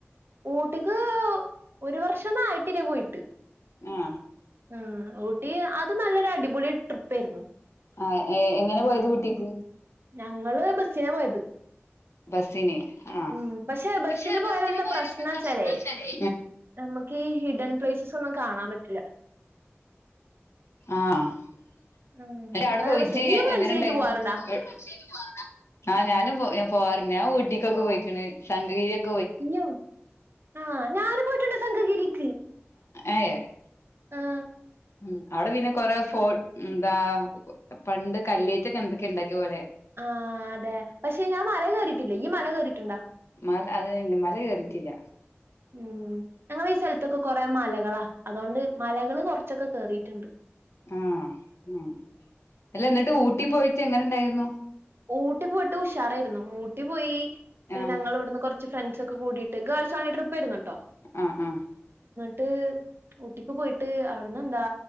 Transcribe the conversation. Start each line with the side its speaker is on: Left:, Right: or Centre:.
Right: ഊട്ടിക്ക് ഒരു വർഷം ഒന്നും ആയിട്ടില്ല പോയിട്ട്
Left: ആ
Right: ഉം ഊട്ടി അത് നല്ലൊരു അടിപൊളി ട്രിപ്പ് ആയിരുന്നു
Left: ആഹ് ഏഹ് എങ്ങനെ പോയത് ഊട്ടിക്ക്?
Right: ഞങ്ങള് ബസിനെ പോയത്.
Left: ബസ്സിന് ആഹ്
Right: ഉം പഷേ ബസില്
Left: പക്ഷെ
Right: പോയാലെ
Left: ബസ്സിന്
Right: എന്താ
Left: പോയാലെന്താ
Right: പ്രശ്നാച്ചാലേ,
Left: പ്രശ്നച്ചാലേ
Right: നമുക്കീ ഹിഡൻ പ്ലേസസ് ഒന്നും കാണാൻ പറ്റില്ല.
Left: ആഹ് <unintelligible>
Right: ഉം
Left: അവടെ
Right: അതാണ്
Left: പോയിട്ട്
Right: പ്രശ്നം ഇയ്യ് ഫ്രണ്ട്സിനായിട്ട്
Left: എങ്ങനെ ഇണ്ടായിരുന്നു
Right: പോവാറുണ്ടാ
Left: ഏഹ്, ഈ ഫ്രണ്ട്സിനായിട്ട് പോവാറിണ്ടാ? ആഹ് ഞാനും പോ ഏഹ് പോവാറന്നെയാ ഞാൻ ഊട്ടിക്കൊക്കെ പോയി <unintelligible>
Right: ഇയ്യോ, ആഹ് ഞാന് പോയിട്ടുണ്ട് സംഘഗിരിക്ക്.
Left: ആയേഹ്
Right: ആഹ്
Left: ഉം അവിടെ പിന്നെ കൊറെ ഫോ എന്താ പണ്ട് കല്ലേറ്റൊക്കെ എന്തൊക്കെ ഉണ്ടാക്കിയ പോലെ.
Right: ആഹ് അതെ പക്ഷെ ഞാൻ മല കയറിട്ടില്ലേ ഈ മല കേറി ട്ടുണ്ടോ
Left: മൽ അതേല്ല മല കയറിറ്റില്ല
Right: ഉം ഞങ്ങളീ സെൽത്തൊക്കെ കൊറെ മല കളാ അതോണ്ട് മലകള് കുറച്ചൊക്കെ കേറിട്ടുണ്ട്.
Left: ആഹ് ആഹ് അല്ല ന്നട്ട് ഊട്ടി പോയിട്ട് എങ്ങനെണ്ടായിരുന്നു?
Right: ഊട്ടി പോയിട്ട് ഉഷാറായിരുന്നു. ഊട്ടി പോയി ഹ്
Left: ആഹ്
Right: ഞങ്ങള് വിടുന്ന് കൊർ ച് ഫ്രൺ ട്സൊക്കെ കൂടീട്ട് ഗേൾസ് ഓൺലി ട്രിപ്പേര്ന്നുട്ടോ
Left: ആഹ് ആഹ്
Right: ട്ട് ഊട്ടിക്ക് പോയിട്ട് അവിടുന്ന് എന്താ,